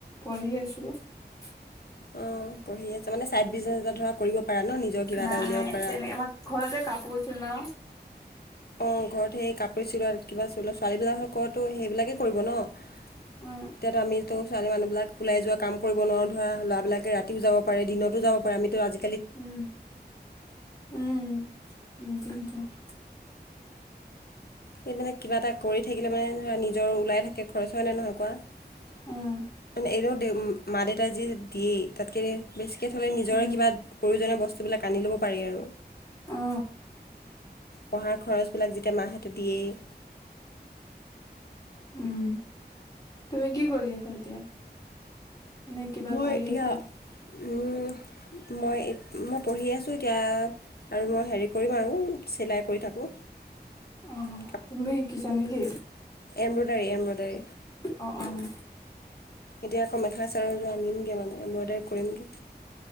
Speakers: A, on the left; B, on the left.
A: পঢ়ি আছো
B: অ পঢ়ি আছা মানে চাইড বিজনে এটা ধৰা কৰিব পাৰা ন নিজৰ কিবা
A: নাই
B: এটা উলিয়াব পাৰা
A: তেনে আমাৰ ঘৰতে কাপোৰছিল ন
B: অ ঘৰত সেই কাপোৰ চিলোৱা কিবা চোৱা ছোৱালী বিলাকতো সেইবিলাকে কৰিব ন এতিয়াতো
A: উম
B: আমি তো ছোৱালী মানুহবিলাক ওলাই যোৱা কাম কৰিব নোৱাৰো ধৰা ল'ৰাবিলাকে ৰাতিও যাব পাৰে দিনতো যাব পাৰে আমিতো আজি
A: উম উম <inaudible>
B: সেই মানে কিবা এটা কৰি থাকিলে মানে ধৰা নিজৰ ওলাই থাকে খৰচ হয় নে নহয় কুৱা
A: উম
B: এনেও মা দেউতাই যিহে দিয়ে তাতকে বেছিকৈ থ'লে নিজৰে
A: উম
B: কিবা প্ৰয়োজনীয় বস্তুবিলাক আনি ল'ব পাৰি আৰু
A: অ
B: পঢ়াৰ খৰচবিলাক যেতিয়া মাহঁতে দিয়েই
A: উম তুমি কি কৰি আছা এতিয়া মানে কিবা
B: মই
A: কৰি
B: এতিয়া
A: আছা
B: উম মই, মই, পঢ়ি আছোঁ এতিয়া আৰু মই, হেৰি কৰিম আৰু চিলাই কৰি থাকো
A: অ
B: <unintelligible>
A: তুমি শিকিছা নেকি?
B: এমব্ৰডাৰী এমব্ৰডাৰী
A: অ', অ',
B: এতিয়া আকৌ মেখেলা চাদৰযোৰ আনিমগৈ মানে এম্ব্ৰইডাৰী কৰিমগৈ